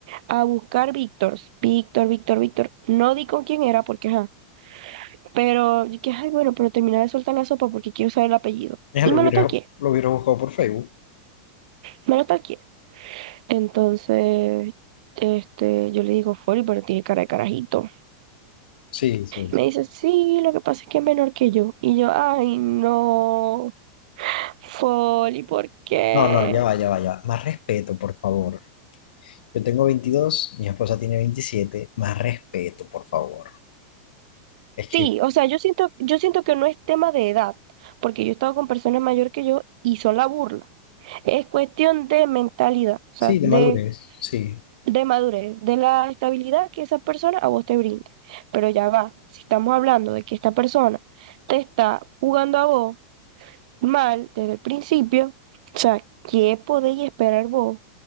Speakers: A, on the right; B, on the left.
A: a buscar Víctor, Víctor, Víctor, Víctor. No di con quién era porque, ajá. Pero yo dije, ay, bueno, pero terminé de soltar la sopa porque quiero saber el apellido.
B: Ella
A: Y
B: lo
A: me
B: hubiera,
A: lo talqué,
B: lo hubiera buscado por Facebook.
A: me lo talqué. Entonces, este, yo le digo, Fori, pero tiene cara de carajito.
B: Sí, sí, sí.
A: Me dice, sí, lo que pasa es que es menor que yo. Y yo, ay, no, Foli, ¿por qué?
B: No, no, ya va, ya va, ya va. Más respeto, por favor. Yo tengo veintidós mi esposa tiene veintisiete Más respeto, por favor. Es que
A: Sí, o sea, yo siento, yo siento que no es tema de edad, porque yo he estado con personas mayor que yo y son la burla. Es cuestión de mentalidad, o sea,
B: sí, de
A: de,
B: madurez, sí,
A: de madurez, de la estabilidad que esa persona a vos te brinde. Pero ya va, si estamos hablando de que esta persona te está jugando a vos mal desde el principio, o sea, ¿qué podéis esperar vos